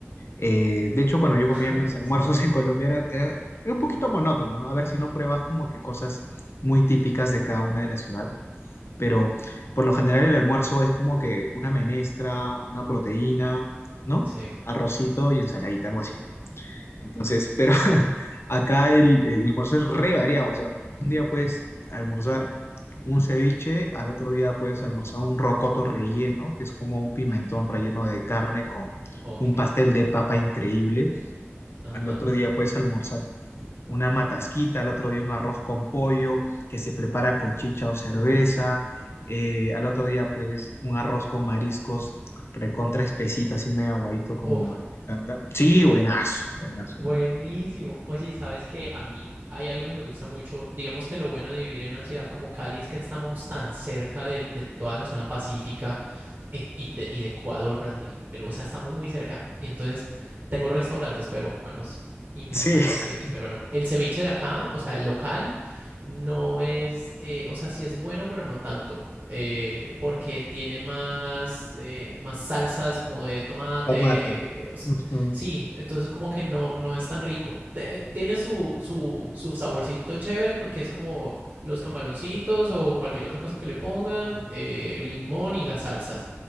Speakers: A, on the left (about 65°); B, on the right (about 50°).
A: Eh, de hecho, cuando yo comía
B: <laughs>
A: mis almuerzos
B: Sí,
A: <laughs> en Colombia era, era, era un poquito monótono, ¿no? A ver si no pruebas como que cosas muy típicas de cada una de la ciudad. Pero por lo general el almuerzo es como que una menestra, una proteína, ¿no?
B: sí,
A: Arrocito y ensaladita, algo así. Entonces,
B: sí.
A: pero <laughs> acá el, el almuerzo es re variado. O sea, un día puedes almorzar un ceviche, al otro día puedes
B: Uh,
A: almorzar un rocoto relleno, que es como un pimentón
B: ok,
A: relleno de carne con
B: ok,
A: un pastel de papa increíble.
B: ajá.
A: Al otro día puedes almorzar una matasquita, al otro día un arroz con pollo que se prepara con chicha o cerveza. Eh, al otro día, pues, un arroz con mariscos recontra espesita, así medio aguadito como
B: Uf,
A: a mí me encanta. Sí, buenazo, buenazo,
B: Buenísimo.
A: hermano.
B: Oye, y sabes que a mí hay algo que me gusta mucho. Digamos que lo bueno de vivir en una ciudad como Cali es que estamos tan cerca de, de toda la zona pacífica e- y, de, y de Ecuador, Brasil, Perú. O sea, estamos muy cerca. Y entonces tengo restaurantes peruanos y me
A: Sí,
B: encanta
A: <laughs>
B: el ceviche peruano. El ceviche de acá, o sea, el local, no es, eh, o sea, sí es bueno, pero no tanto, eh, porque tiene más, eh, más salsas como de tomate,
A: tomate.
B: o sea,
A: Ujú.
B: sí, entonces como que no, no es tan rico. Te- tiene su, su, su saborcito chévere porque es como los camaroncitos o cualquier otra cosa que le pongan, eh, limón y las salsas,